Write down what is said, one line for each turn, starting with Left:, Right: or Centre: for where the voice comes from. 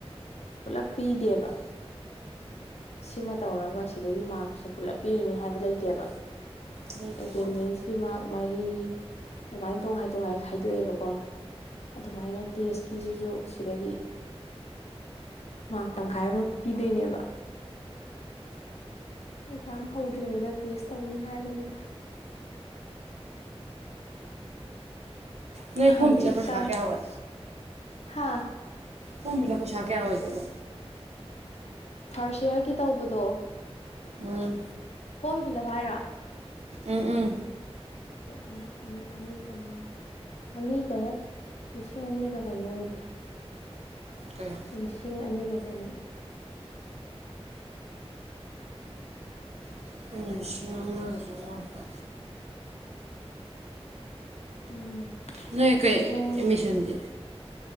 Left: ꯄꯨꯂꯞ ꯄꯤꯗꯦꯕ ꯁꯤꯃ ꯇꯧꯔꯒ ꯁꯤꯗꯒꯤ ꯃꯥꯔꯛꯁꯦ ꯄꯨꯂꯞꯄꯤꯔꯅꯤ ꯍꯥꯏꯕ ꯂꯩꯇꯦꯕ
Right: ꯂꯩꯇꯦꯕ
Left: ꯑꯦꯇꯦꯟꯗꯦꯟꯁꯀꯤ ꯃꯥꯔꯛ ꯃꯔꯤ ꯑꯗꯨꯃꯥꯏꯅ ꯇꯣꯈꯥꯏ ꯇꯣꯡꯈꯥꯏ ꯈꯥꯏꯗꯣꯛꯑꯦꯕꯀꯣ ꯑꯗꯨꯃꯥꯏꯅ ꯇꯦꯁꯀꯤꯁꯤꯁꯨ ꯁꯤꯗꯒꯤ ꯃꯥꯔ ꯇꯪꯈꯥꯏ ꯑꯃ ꯄꯤꯗꯣꯏꯅꯦꯕ ꯑꯦꯛꯖꯥꯝ ꯍꯧꯗ꯭ꯔꯤꯉꯩꯗ ꯇꯦꯁ ꯇꯧꯅꯤ ꯍꯥꯏꯕꯅꯤꯗ
Right: ꯅꯣꯏ
Left: ꯍꯪ
Right: ꯐꯣꯔꯝ ꯐꯤꯜ
Left: ꯆꯤꯠ
Right: ꯂꯞ ꯄꯩꯁꯥ
Left: ꯇꯥꯏ
Right: ꯀꯌꯥ ꯑꯣꯏ
Left: ꯍꯥꯥ
Right: ꯐꫭꯔꯃ ꯐꯤꯜꯑꯞ ꯄꯩꯁꯥ ꯀꯌꯥ ꯑꯣꯏꯖꯒ‌ꯦꯕ
Left: ꯐꯥꯔꯁ ꯏꯌꯥꯔꯒꯤ ꯇꯧꯕꯗꯣ
Right: ꯎꯨꯡ
Left: ꯐꫭꯔꯃ ꯐꯤꯜꯂꯞ ꯍꯥꯏꯔꯣ
Right: ꯎꯝ ꯎꯝ
Left: ꯑ <unintelligible> ꯑꯅꯤ ꯆꯥꯝꯃꯉꯥꯔꯥ ꯑꯅꯤꯒ ꯂꯤꯁꯤꯡ ꯑꯅꯤꯒ ꯀꯩꯅꯣ ꯑꯣꯏꯒꯦ
Right: ꯀꯌꯥ
Left: ꯂꯤꯁꯤꯡ ꯑꯅꯤꯒ ꯆꯅꯤ
Right: ꯑꯈꫭꯏꯅ ꯂꯤꯁꯤꯡ ꯑꯃꯒꯥ ꯆꯝꯃꯉꯥ ꯈꯛꯇꯥ
Left: ꯎꯝ
Right: ꯅꯣꯏ
Left: ꯂꯣꯏꯅ
Right: ꯀꯩ
Left: ꯍꯣꯡꯉꯦ
Right: ꯑꯦꯃꯤꯁꯟꯗꯤ